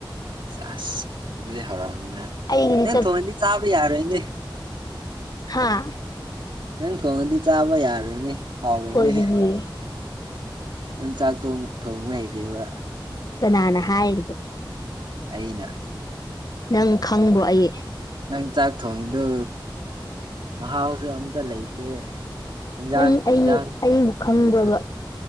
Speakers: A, on the right; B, on the left.
A: ꯆꯥꯁ ꯑꯗꯨꯗꯤ ꯍꯧꯔꯝꯅꯤꯅ
B: ꯑꯩꯒꯤꯗꯤ
A: ꯅꯪ ꯊꯣꯡꯉꯗꯤ ꯆꯥꯕ ꯌꯥꯔꯣꯏꯅꯦ
B: ꯍꯥꯥ
A: ꯅꯪ ꯊꯣꯡꯉꯗꯤ ꯆꯥꯕ ꯌꯥꯔꯣꯏꯅꯦ ꯍꯥꯎꯔꯣꯏꯅꯦ
B: ꯀꯣꯏꯔꯤꯒꯦ
A: ꯌꯥꯝ ꯆꯥꯛ ꯊꯣꯡꯕ ꯍꯩꯇꯦꯕ
B: ꯀꯅꯥꯅ ꯍꯥꯏꯔꯤꯕ
A: ꯑꯩꯅ
B: ꯅꯪ ꯈꯪꯕ꯭ꯔꯣ ꯑꯩ
A: ꯅꯪ ꯆꯥꯛ ꯊꯣꯡꯉꯤꯗꯨ ꯃꯍꯥꯎꯁꯨ ꯑꯝꯇ ꯂꯩꯇꯦ ꯏꯟꯖꯥꯡ
B: ꯎꯪ ꯑꯩ
A: ꯏꯟꯖꯥꯡ
B: ꯑꯩꯕꯨ ꯈꯪꯕ꯭ꯔꯕꯥ
A: ꯑꯣꯏꯔꯁꯨ